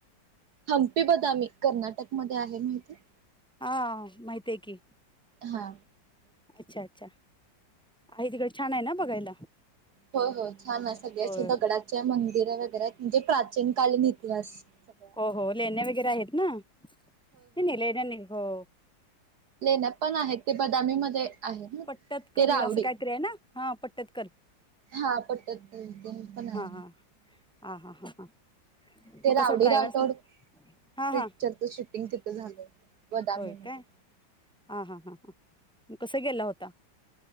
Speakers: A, on the right; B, in the centre.
A: हंपी बदामी कर्नाटक मध्ये आहे माहिताय?
B: हा माहित हाय की.
A: हा.
B: अच्छा अच्छा आहे तिकड छान आहे ना बघायला
A: हो हो छान अ सगळ्या
B: होय
A: दगडाचे मंदिर वगैरे म्हणजे प्रा चीन कालीन इतिहास सगळं आहे
B: हो हो
A: तिथे.
B: लेण्या वगैरे आहेत ना नई नई लेण्या नाही हो.
A: लेण्यात पण आहेत ते बदामी मध्ये आहेत ना
B: पट्टत कल
A: ते रावडी
B: असं काहीतरी आहे ना हा पट्टत कल.
A: हा पट्टत कल तून पण हाय.
B: हा हा हा हा हा
A: ते
B: मग
A: रावडी
B: कसं ट्रॅव्हल्स
A: राठोड
B: हा
A: पिक्चरच
B: हा
A: शूटिंगि तिथं झालं बदामी
B: होय
A: मध्ये.
B: काय हा हा हा हा कस गेला होता?